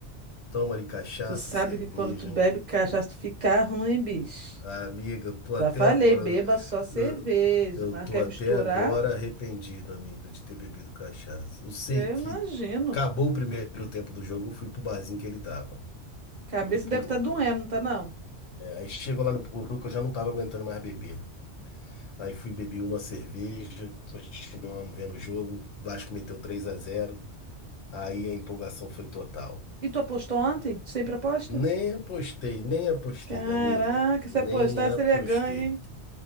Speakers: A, on the left (about 70°); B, on the right (about 45°).
A: Toma ali cachaça,
B: Tu sabe
A: cerveja.
B: que quando tu bebe cachaça, tu fica ruim, bicho.
A: Ah, amiga, tô até
B: Já falei,
A: agora.
B: beba só cerveja,
A: Eu eu
B: mas
A: tô
B: quer
A: até
B: misturar?
A: agora arrependido, amiga, de ter bebido cachaça. Eu sei
B: Eu
A: que
B: imagino.
A: acabou o primeiro tempo do jogo, eu fui pro barzinho que ele tava,
B: Cabeça
A: do Puruca.
B: deve estar doendo, não tá não?
A: É, aí chegou lá no Puruca, eu já não tava aguentando mais beber. Aí fui beber uma cerveja, continuamos vendo o jogo. Vasco meteu 3 a zero. Aí a empolgação foi total.
B: E tu apostou ontem? Tu Sempre aposta?
A: Nem apostei, nem apostei,
B: Caraca,
A: amiga.
B: se
A: Nem
B: apostar
A: apostei.
B: seria ganho, hein?